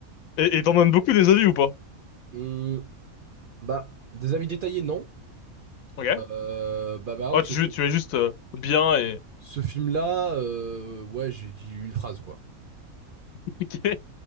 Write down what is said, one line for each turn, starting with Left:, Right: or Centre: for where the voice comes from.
Left: Et, et t'en donnes beaucoup des avis ou pas?
Right: Hum, bah, des avis détaillés, non.
Left: Ok.
Right: Euh, bah, par exemple,
Left: Ouais, tu,
Right: ce film,
Left: tu es juste euh, bien et...
Right: ce film-là, euh, ouais, j'ai dit une phrase, quoi.
Left: <laughs> Ok.